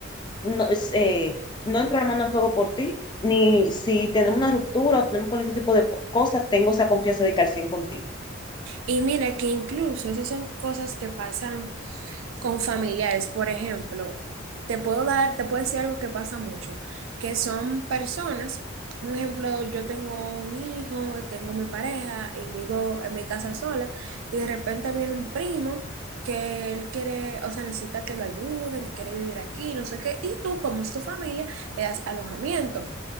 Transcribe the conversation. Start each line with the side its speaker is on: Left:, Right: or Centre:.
Left: no, es, eh, no entro la mano al fuego por ti, ni si tenemos una ruptura o tenemos cualquier tipo de po- cosa, tengo esa confianza de que al 100 contigo.
Right: Y mira que incluso esas son cosas que pasan con familiares, por ejemplo, te puedo dar, te puedo decir algo que pasa mucho, que son personas, un ejemplo, yo tengo un hijo, tengo mi pareja y vivo en mi casa sola y de repente viene un primo que él quiere, o sea, necesita que lo ayuden, que quiere vivir aquí, no sé qué, y tú como es tu familia, le das alojamiento.